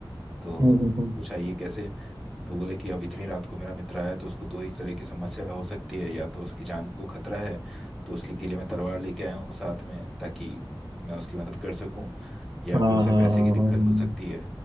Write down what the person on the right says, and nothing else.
हम्म हम्म, हम्म,
हाँ
हाँ हाँ
हाँ
हम्म